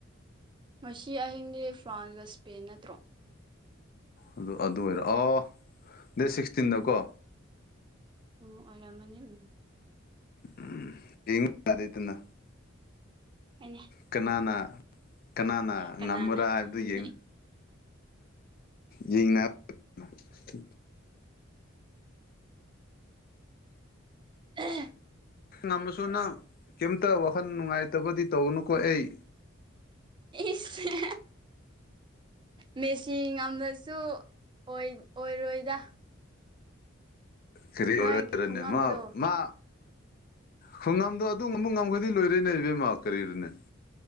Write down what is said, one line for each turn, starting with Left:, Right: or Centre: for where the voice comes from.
Right: ꯃꯁꯤ ꯑꯍꯤꯡꯗꯤ ꯐ꯭ꯔꯥꯟꯁꯀ ꯁ꯭ꯄꯦꯟ ꯅꯠꯇ꯭ꯔꯣ
Left: ꯑꯗꯨ ꯑꯗꯨ ꯑꯣꯏꯔꯣꯑꯣ ꯗꯦꯠ ꯁꯤꯛꯁꯇꯤꯟꯗꯀꯣ
Right: ꯎꯝ ꯑꯣꯏꯔꯝꯃꯅꯤ ꯎꯝ
Left: ꯎꯝ ꯌꯦ ꯑꯔꯤꯅ
Right: ꯑꯩꯅꯦ
Left: ꯀꯅꯥꯅ ꯀꯅꯥꯅ
Right: ꯀꯅꯥꯅ
Left: ꯉꯝꯕ꯭ꯔꯥ
Right: ꯉꯝꯅꯤ
Left: ꯍꯥꯏꯕꯗꯨ ꯌꯦꯡꯉ ꯌꯦꯡꯅ <inaudible>
Right: ꯑꯍ
Left: ꯉꯃꯁꯨꯅ ꯀꯩꯝꯇ ꯋꯥꯈꯜ ꯅꯨꯡꯉꯥꯏꯇꯕꯗꯤ ꯇꯧꯅꯨꯀꯣ ꯑꯩ
Right: ꯏꯁ ꯃꯦꯁ ꯁꯤ ꯉꯝꯕꯁꯨ ꯑꯣꯏꯔꯣꯏꯗ
Left: ꯀꯔꯤ
Right: ꯃꯥꯒꯤ
Left: ꯑꯣꯢꯔꯣꯢ
Right: ꯈꯨꯉꯝꯗꯣ
Left: ꯃꯥ ꯃꯥ ꯈꯨꯡꯒꯪꯗꯣ ꯑꯗꯨꯒ ꯑꯃꯕ ꯉꯝꯈꯗꯤ ꯂꯣꯏꯔꯦꯅꯦ ꯏꯕꯦꯝꯃ ꯀꯔꯤꯅꯅꯦ